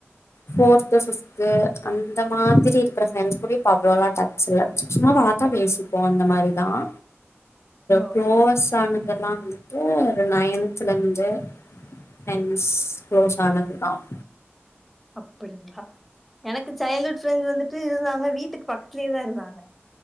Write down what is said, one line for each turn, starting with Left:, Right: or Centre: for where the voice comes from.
Left: ஃபோர்த்து பிஃப்து அந்த மாதிரி இருக்கிற பிரெண்ட்ஸ் கூட அவ்வளோலாம் டச்ல்ல சும்மா பாத்தா பேசிப்போம் அந்த மாதிரிதான்
Centre: ஓ
Left: குளோஸ் ஆனதெல்லாம் இப்போ ஒரு நயன் சிலந்து னஸ் குளோஸ் ஆனதுதான்
Centre: அப்படிங்களா எனக்கு சைல்ட்ஹுட் ஃபிரெண்ட் வந்துட்டு இருந்தாங்க வீட்டுக்கு பக்கத்துலயே தான் இருந்தாங்க